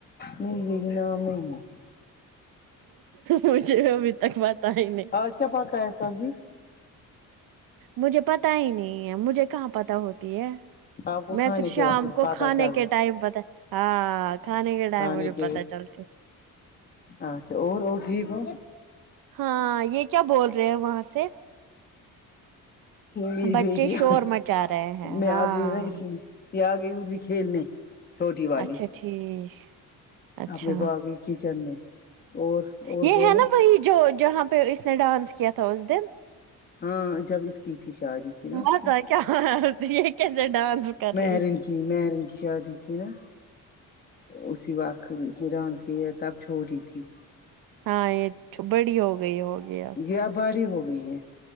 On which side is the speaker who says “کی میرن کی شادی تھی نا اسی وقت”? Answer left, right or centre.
Left